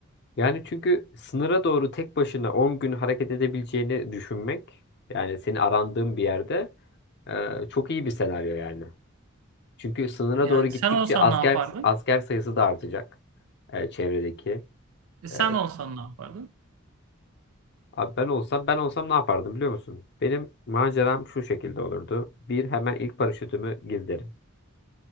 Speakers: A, on the left (about 55°); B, on the right (about 75°).
A: Yani çünkü sınıra doğru tek başına 10 gün hareket edebileceğini düşünmek yani seni arandığın bir yerde e, çok iyi bir senaryo yani. Çünkü sınıra
B: Yani
A: doğru gittikçe
B: sen olsan
A: asker
B: ne yapardın?
A: asker sayısı da artacak e, çevredeki.
B: E, sen
A: E,
B: olsan ne yapardın?
A: Abi ben olsam ben olsam ne yapardım biliyor musun? Benim maceram şu şekilde olurdu. Bir hemen ilk paraşütümü gizlerim.